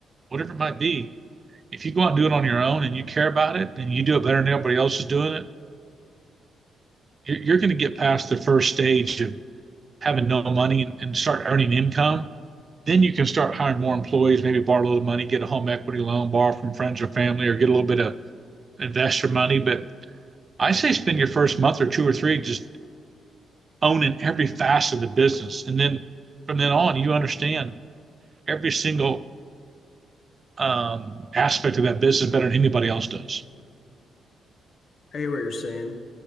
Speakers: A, on the right (about 40°); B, on the left (about 60°).
A: whatever it might be, if you go out and do it on your own and you care about it and you do it better than everybody else is doing it, you're, you're going to get past the first stage of having no money and, and start earning income. Then you can start hiring more employees, maybe borrow a little money, get a home equity loan, borrow from friends or family, or get a little bit of investor money. But I say spend your first month or two or three just owning every facet of the business. And then from then on, you understand every single um, aspect of that business better than anybody else does.
B: I hear what you're saying,